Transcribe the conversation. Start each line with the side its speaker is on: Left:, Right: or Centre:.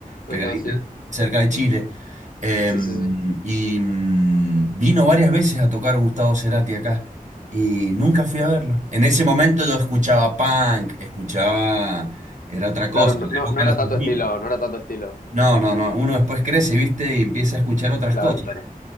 Right: pegadita
Left: Ajá, sí.
Right: cerca de Chile. Em,
Left: Sí, sí, sí.
Right: y mm, vino varias veces a tocar Gustavo Cerati acá y nunca fui a verlo. En ese momento yo escuchaba punk, escuchaba, era otra
Left: Claro,
Right: cosa,
Left: no,
Right: en la
Left: no,
Right: época
Left: no era
Right: de los
Left: tanto
Right: 2000.
Left: estilo, no era tanto estilo.
Right: No, no, no, uno después crece, viste, y empieza a escuchar otras
Left: Claro,
Right: cosas.
Left: claro.